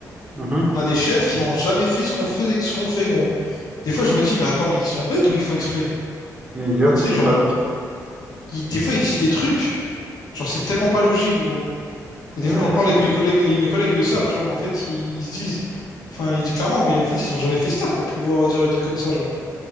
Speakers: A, on the right; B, on the left.
A: Mhm.
B: on a des chefs qui n'ont jamais fait ce qu'on faisait, ce qu'on fait, gros. Des fois, je me dis, mais attends, mais ils sont bêtes ou ils font exprès?
A: Mais j'avoue,
B: Enfin, tu
A: c'est
B: sais, genre,
A: pas logique.
B: ils- des fois, ils disent des trucs. Genre, c'est tellement pas logique, gros.
A: Mais
B: Et des fois,
A: ouais,
B: j'en
A: parce
B: parle
A: que
B: avec mes collègues, et mes collègues, ils le savent, tu vois, mais en fait, ils, ils se disent, enfin, ils disent clairement, mais en fait, ils ont jamais fait staff pour pouvoir dire des trucs comme ça, genre.